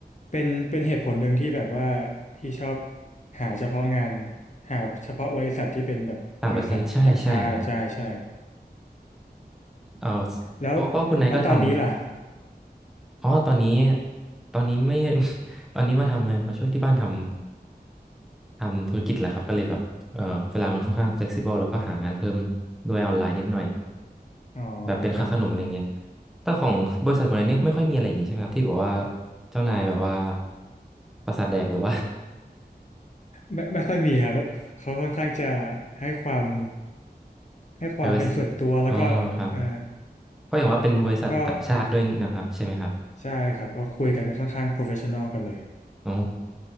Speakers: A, on the left (about 45°); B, in the centre.
A: เป็นเป็นเหตุผลหนึ่งที่แบบว่าพี่ชอบหาเฉพาะงานหาเฉพาะบริษัทที่เป็นแบบบริษัทต่างชาติใช่ใช่
B: ต่างประเทศใช่ใช่ครับเออ
A: แล้ว
B: เพราะเพราะคุณนายก็ทำ
A: แล้วตอนนี้ล่ะ
B: อ๋อตอนนี้ ตอนนี้ไม่ <laughs> ตอนนี้มาทำมาช่วยที่บ้านทำ ทำธุรกิจแหละครับก็เลยแบบเออเวลามันค่อนข้าง flexible แล้วก็หางานเพิ่มด้วยออนไลน์นิดหน่อย
A: อ๋อ
B: แบบเป็นค่าขนมอะไรเงี้ย
A: ครับ
B: แต่ของบริษัทคนนั้นเนี่ยไม่ค่อยมีอะไรอย่างงี้ใช่ไหมครับ ที่บอกว่า เจ้านายแบบว่า ประสาทแดกหรือว่า
A: ไม่ไม่ค่อยมีครับแบบเขาค่อนข้างจะให้ความ
B: <laughs>
A: ให้ความเป็นส่วนตัวแล้วก็เออ
B: privacy อ๋อครับก็อย่างว่าเป็นบริษัทต่างชาติด้วยนะครับใช่ไหมครับ
A: ก็ใช่ครับก็คุยกันค่อนข้าง professional กันเลย
B: อ๋อ